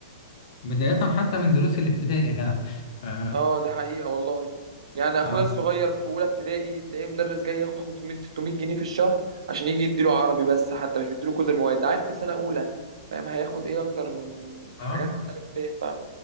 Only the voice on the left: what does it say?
بداية حتى من دروس الابتدائي يا جدع <laughs>
اه
اه